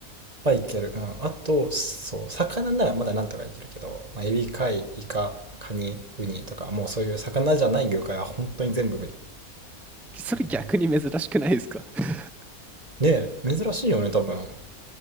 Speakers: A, on the right; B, in the centre.
A: はいける。うん。あと、そう、魚ならまだなんとかいけるけど、まあ、エビ、貝、イカ、カニ、ウニとか、もうそういう魚じゃない魚介は本当に全部無理
B: それ逆に珍しくないですか
A: だね。
B: <laughs>
A: ねえ、珍しいよね、多分。